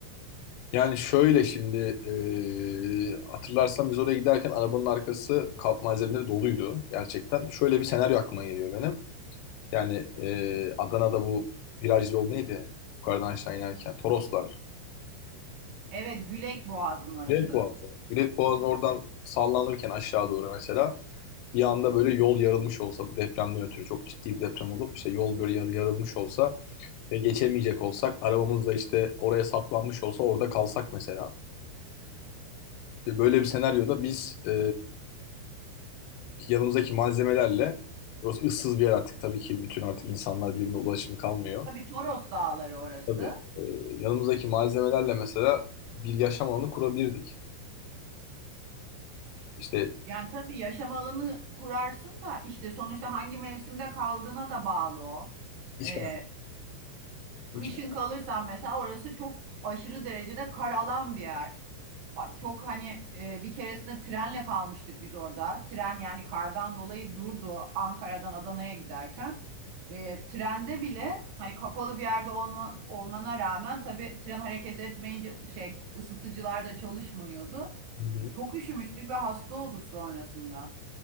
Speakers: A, on the left (about 80°); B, on the right (about 70°).
A: Yani şöyle şimdi e, hatırlarsan biz oraya giderken arabanın arkası kamp malzemeleri doluydu gerçekten. Şöyle bir senaryo aklıma geliyor benim. Yani e, Adana'da bu viraj yol neydi? Yukarıdan aşağı inerken. Toroslar.
B: Evet Gülek Boğazı'nın orası.
A: Gület Boğazı. Gület Boğazı'nın oradan sallanırken aşağı doğru mesela bir anda böyle yol yarılmış olsa bu depremden ötürü çok ciddi bir deprem olup işte yol böyle yarı yarılmış olsa ve geçemeyecek olsak arabamızla işte oraya saplanmış olsa orada kalsak mesela. Ve Böyle bir senaryoda biz e, yanımızdaki malzemelerle Burası ıssız bir yer artık. Tabii ki bütün artık insanlar birbirine ulaşım kalmıyor.
B: Tabii Toros Dağları orası.
A: Tabii. Ee, yanımızdaki malzemelerle mesela bir yaşam alanı kurabilirdik. İşte
B: Yani tabii yaşam alanı kurarsın da işte sonuçta hangi mevsimde kaldığına da bağlı o.
A: Hiç
B: Ee,
A: ben.
B: kışın
A: Hiç ben.
B: kalırsan mesela orası çok aşırı derecede kar alan bir yer. çok hani e, bir keresinde trenle kalmıştık biz orada. Tren yani kardan dolayı durdu Ankara'dan Adana'ya giderken. E, trende bile hani kapalı bir yerde olma, olmana rağmen tabii tren hareket etmeyince şey ısıtıcılar da çalışmıyordu.
A: Hı hı.
B: Çok üşümüştük ve hasta olduk sonrasında.